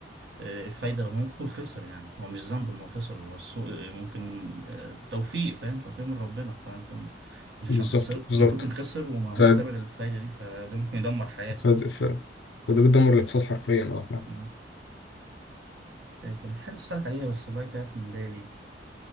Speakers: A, on the right; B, on the left.
A: آه، آه، الفايدة لما ممكن يكون خسر يعني هو مش ذنب إن هو خسر هو السوق آه، ممكن آه، توفيق فاهم توفيق من ربنا فأنت م- مش
B: بالظبط
A: عشان خسر
B: بالظبط
A: ممكن يكون خسر ومعهوش
B: ف...
A: تمن الفايدة دي فده ممكن يدمر حياته
B: ف... ف... فده بيدمر الاقتصاد حرفيا اه فعلا.
A: مم. آه، كان في حاجة تسألك عليها بس والله تاهت من بالي